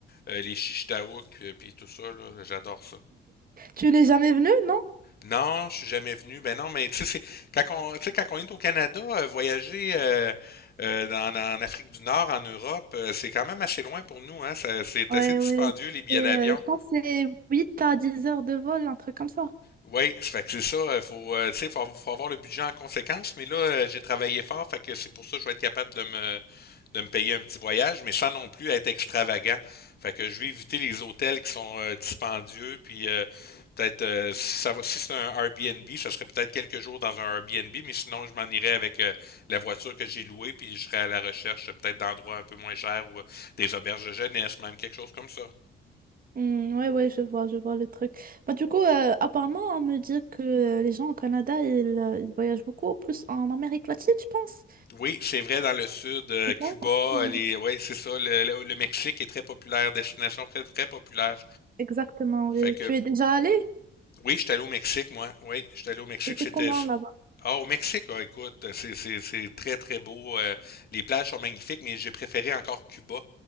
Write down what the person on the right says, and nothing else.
Tu n'es jamais venu, non?
Ouais,
ouais.
c'est,
euh, Je pense que c'est 8 à 10 heures de vol, un truc comme ça.
Hmm, ouais, ouais, je vois, je vois le truc. Bah, du coup, euh, apparemment, on me dit que euh, les gens au Canada, ils, euh, ils voyagent beaucoup, plus en Amérique latine, je pense.
C'est
ça? Hmm,
Exactement,
oui.
Tu es déjà allé?
Et c'est
comment là-bas?